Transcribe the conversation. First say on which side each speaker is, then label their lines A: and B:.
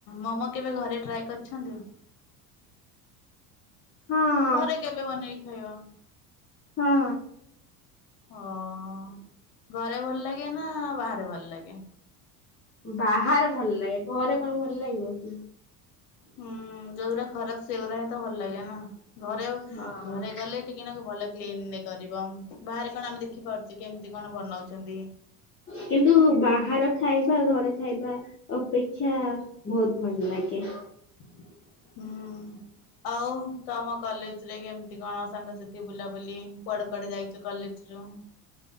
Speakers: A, on the left (about 70°); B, on the left (about 25°).
A: ମୋମୋ କେବେ ଘରେ ଟ୍ରାଏ କରିଛନ୍ତି?
B: ହଁ ହଁ।
A: ଘରେ କେବେ ବନେଇକି ଖାଇବ?
B: ହୁଁ।
A: ଓହ ଘରେ ଭଲ ଲାଗେ ନା ବାହାରେ ଭଲ ଲାଗେ?
B: ବାହାରେ ଭଲ ଲାଗେ ଘରେ କଣ ଭଲ ଲାଗିବ କି?
A: ହୁଁ ଯୋଉରା ଖରାପ ସେଉରା ହିଁ ତ ଭଲ ଲାଗେ ନା ଘରେ
B: ହଁ
A: ଘରେ ଗଲେ ଟିକିନାକୁ ଭଲ କ୍ଲିନ କରିବ ବାହାରେ କଣ ଆମେ ଦେଖିପାରୁଛେ କେମିତି କଣ ବନଉଛନ୍ତି।
B: କିନ୍ତୁ ବାହାର ଖାଇବା ଘରେ ଖାଇବା ଅପେକ୍ଷା ବହୁତ ଭଲ ଲାଗେ।
A: ହୁଁ। ଆଉ ତମ କଲେଜେରେ କେମିତି କଣ ସାଙ୍ଗସାଥି ବୁଲାବୁଲି କୁଆଡେ କୁଆଡେ ଯାଇଛ କଲେଜ୍ ଯୋଗ୍।